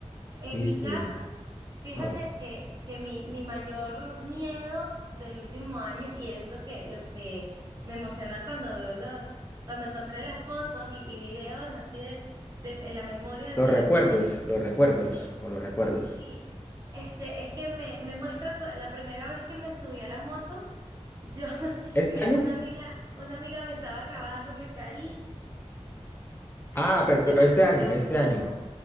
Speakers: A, on the right; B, on the left.
A: En
B: Sí,
A: mi
B: sí.
A: caso, fíjate
B: No, es-
A: que, que mi, mi mayor miedo del último año, y es lo que, lo que me emociona cuando veo los, cuando encontré las fotos y, y videos así de, de- en la memoria del
B: Los
A: teléfono
B: recuerdos,
A: del último
B: los
A: año.
B: recuerdos,
A: Sí,
B: como los recuerdos.
A: Sí, este, es que me, me muestra cua- la primera vez que me subí a la moto, yo, <laughs>
B: ¿Este
A: mi-
B: año?
A: una amiga, una amiga me estaba grabando, me caí <laughs>
B: Ah, pero
A: de
B: pero
A: la
B: este
A: manera
B: año, este
A: más
B: año,
A: boba.